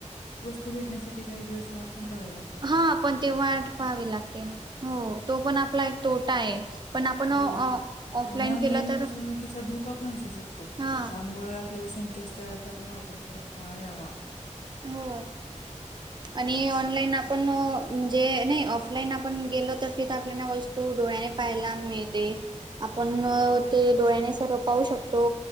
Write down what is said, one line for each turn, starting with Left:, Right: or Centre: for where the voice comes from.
Left: वस्तू भेटण्यासाठी काही दिवस वाट पण बघावी लागत
Right: हा पण ते वाट पहावी लागते हो तो पण आपला एक तोटा आहे पण आपण ऑफलाईन
Left: हो आणि ऑनलाईन
Right: केलं तर
Left: फसवणुकीचा धोका पण असू शकतो
Right: हा
Left: त्यामुळं आपल्याला संखेतस्थळाचा पण वापर करता यावा
Right: हो आणि ऑनलाईन आपण म्हणजे नाही ऑफलाईन आपण गेलो तर तिथं आपल्या तो डोळ्याने पाहायला मिळते आपण ते डोळ्याने सर्व पाहू शकतो